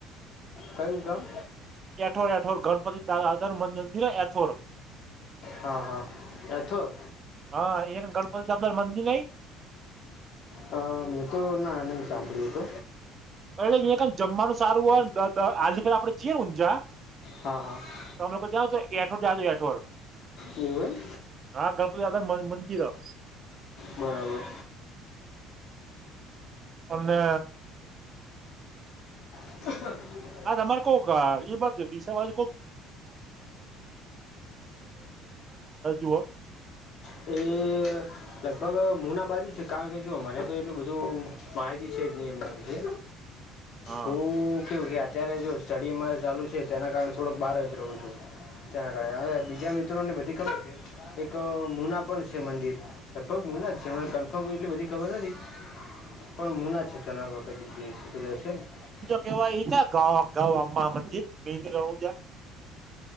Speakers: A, on the left; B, on the right.
A: કયું ગામ?
B: એઠોર એઠોર ગણપતિ આગર મંદિર એથોર
A: હા હા એથોર
B: હા એ ગણપતિદાર મંદિર નઈ?
A: હ મેં તો ના નહી સાંભળ્યું તો.
B: એલે અયા ક જમવાનું સારું હોય આકા આપડે છીએ ને ઊંઝા
A: હા હા
B: ત અમે લોકો જાઓ છો એઠોર જાજો એઢોર.
A: એવું એમ.
B: હા ગણપતિ દાદાનું મંદિર હ્.
A: બરાબર
B: અમે
A: <inaudible>
B: હા તમારે કોક એ બાત દિશા બાજુ કોક <unintelligible>
A: એ લગભગ હ ના બાજુ છે કારણ કે જો મને તો એટલું બધું માહિતી છે જ નિયમના વિશે.
B: હા
A: હું કેવું કે અત્યારે જો સ્ટડી અમારે ચાલુ છે તેના કારણે થોડોક બહાર જ રહું છું. તેના કારણે બીજા મિત્રોને બધી ખબર છે એ તો મુના પણ છે મંદિર. લગભગ મુના જ છે મને કન્ફર્મ એટ બધી ખબર નથી. પણ મુના છે તાના <unintelligible>
B: કેવા એ કા ગાવા ગાવા માં મજી <unintelligible>